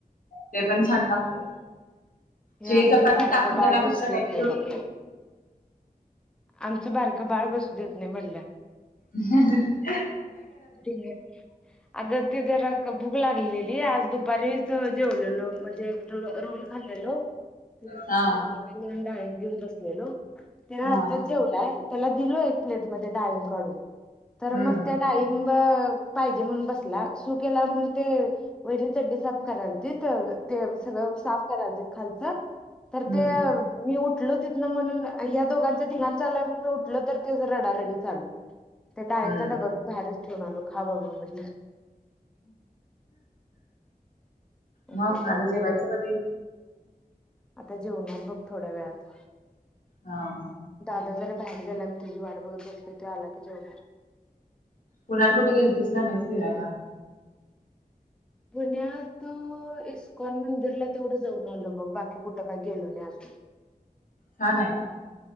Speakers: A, on the left; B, in the centre.
A: ते पण छान लागतय,
B: हे
A: शिळी
B: आमचं
A: चपाती
B: बारकं
A: टाकून
B: बाळ
A: देण्यापेक्षा
B: बसू
A: काहीतरी
B: देत नाही
A: होतय.
B: बघ आमचं बारका बाळ बसू देत नाही म्हणल.
A: ह, ह, ह
B: अ <unintelligible>
A: हम <unintelligible>
B: अगं ते जरा भूक लागलेली आज दुपारीच जेवलेलो म्हणजे रोल खाल्लेलो, ते नुसतं
A: हा
B: खालो म्हणून डाळम घेऊन बसलेलो. त्यान
A: हा.
B: आताचं जेवलाय त्याला दिलो एक प्लेटमध्ये डाळम काढून. खरं
A: हम्म
B: मग त्या डाळीबं पाहिजे म्हणून बसलायं सु केल्यावर म्हणतोय वयनी चड्डी साफ करालतीत ते सगळं साफ करातील खालचं तर
A: हम्म
B: ते मी उठलो तिथनं म्हणून ह्या दोघांच धिंगाणा चालायं म्हणून मी उठलं तर ते रडारडी चालू. ते डाळीचां
A: हम्म.
B: डबा बाहेरच ठेवून आलो खा बाबा म्हटलं.
A: मग,
B: असला सगळा
A: आता
B: गोंधळ
A: जेवायचं कधी?
B: आता जेवणार बघ थोड्या वेळात!
A: हा, हा
B: दादा जरा बाहेर गेलाय मी तिझी वाट बघत बसलोय ते आला की जेवणार.
A: पुण्यात कुठ गेलतीस का नाही फिरायला?
B: पुण्यात इस्कॉन मंदिरला तेवढं जाऊन आलो बघ बाकी कुठं काही गेलो नाही अजून.
A: छान आहे काय?